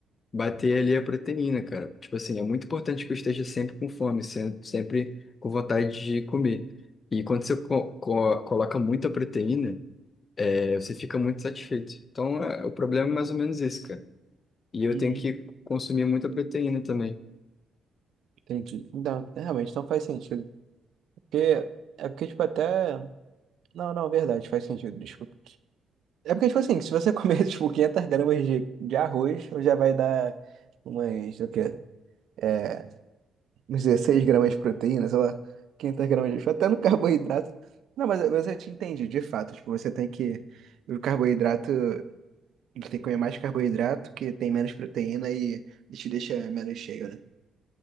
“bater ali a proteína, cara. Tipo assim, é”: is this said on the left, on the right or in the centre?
Left